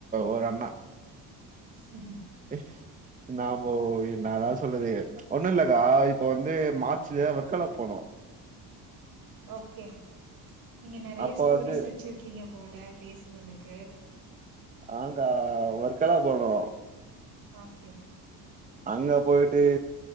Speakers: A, on the right; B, on the right.
A: ஒரு அண்ணா <inaudible>
B: ஹம்
A: எ இன்னா போ இன்னா தா சொல்லுது ஒண்ணு இல்லக்கா இப்ப வந்து மார்ச்ல வர்க்காலா போனோ
B: ஓக்கே நீங்க நெறய
A: அப்ப
B: ஸ்டோரிஸ்
A: வந்து
B: வெச்சிருக்கிங்க போல பேசுறதுக்கு
A: ஆங்கா வர்க்காலா போனோ
B: ஓக்கே
A: அங்க போய்ட்டு